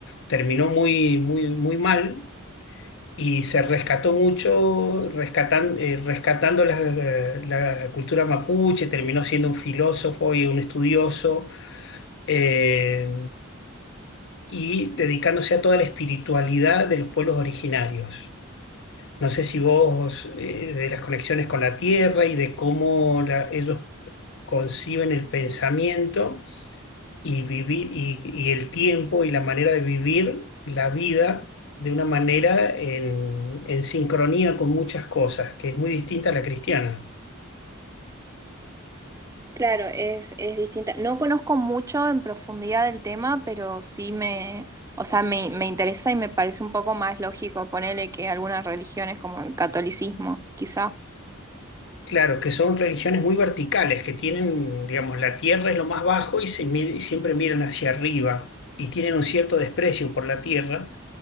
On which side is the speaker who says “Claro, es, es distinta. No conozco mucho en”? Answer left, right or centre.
Right